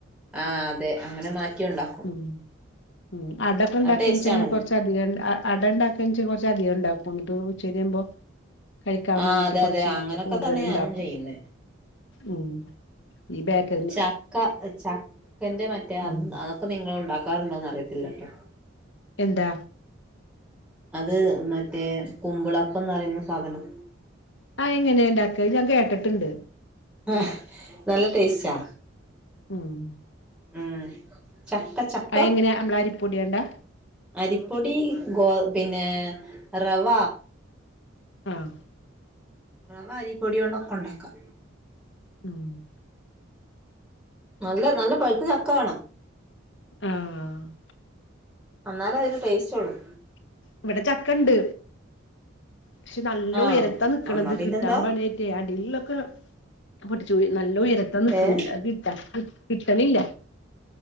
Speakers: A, in the centre; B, on the left.
A: ആഹ് അതെ അങ്ങനെ മാറ്റിയുണ്ടാക്കും
B: ഉം ഉം അടപ്പംണ്ടാക്കിൻച്ച്
A: ടേസ്റ്റ്
B: കൊർച്ച്-
A: ആണല്ലോ
B: കുറച്ചധികം അ അടണ്ടാക്കിൻച്ചാ കൊറച്ച് അധികംണ്ടാക്കും ന്ന്ട്ട് ഉച്ചരിയുംമ്പോ കഴിക്കാൻ
A: ആഹ്
B: വേണ്ടിട്ട്
A: അതെ
B: കൊർച്ച്
A: അതെ അങ്ങനൊക്കെ
B: കൂടുതൽ
A: തന്നെ ഞാനും
B: ണ്ടാക്കും,
A: ചെയ്യുന്നെ
B: ഉം ഈ ബേക്ക-
A: ചക്ക ചക്കന്റെ മറ്റേ അ
B: ഉം
A: അതൊക്കെ നിങ്ങളുണ്ടാക്കാറുണ്ടോന്ന് അറിയത്തില്ല ട്ടോ
B: എന്താ?
A: അത് മറ്റേ കുമ്പ്ളപ്പംന്ന് റയുന്ന സാധനം
B: അയെങ്ങനെ ഇണ്ടാക്കാ ഇത് ഞാൻ കേട്ടിട്ട്ണ്ട്
A: ആഹ് നല്ല ടേസ്റ്റാ.
B: ഉം.. !
A: ഉം ചക്ക ച
B: അയെങ്ങനെ അമ്മളെ അരിപൊടിയോണ്ടാ?
A: അരിപ്പൊടീ ഗോ പിന്നെ റവ
B: ആഹാ... !
A: റവ അരീപ്പൊടീണ്ടൊക്കാ ഒണ്ടാക്കാ.
B: ഉം... !
A: നല്ല നല്ല പഴുത്ത ചക്ക വേണം.
B: ആഹാ... !
A: അന്നാലേ അതിന് ടേസ്റ്റുള്ളൂ.
B: ഇവിടെ ചക്കണ്ട്, പക്ഷേ നല്ല
A: ആഹ്
B: ഉയരത്താ നിക്കണത്.
A: എന്നാ പിന്നെന്താ
B: കിട്ടാംപണിയാണ്. അടീൽള്ളൊക്കെ പൊട്ടിച്ചു, നല്ല ഉരത്താ നിക്ക്ണത്
A: ഏഹ്
B: കിട്ടാൻ എളുപ്പല്ല. കിട്ടണില്ല